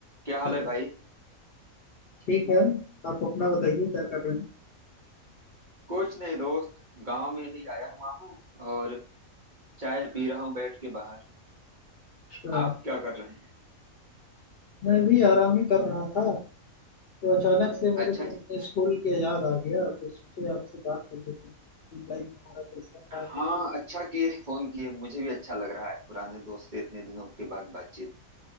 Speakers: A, on the right; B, on the left.
A: क्या हाल
B: चलो,
A: है भाई
B: ठीक है आप अपना बताइए क्या कर रहे हैं
A: कुछ नहीं दोस्त गांव में ही आया हुआ हूँ और चाय पी रहा हूँ बैठ के बाहर
B: अच्छा,
A: आप क्या कर रहे हैं
B: मैं भी आराम ही कर रहा था तो अचानक से मेरे
A: अच्छा
B: को अपने
A: जी
B: स्कूल के याद आ गया तो सोचे आपसे बात कर लेते हैं स्कूल लाइफ हमारा कैसा था
A: हाँ
B: हम लोग कैसा
A: अच्छा किए फोन किए मुझे भी अच्छा लग रहा है पुराने दोस्त से इतने दिनों के बाद बातचीत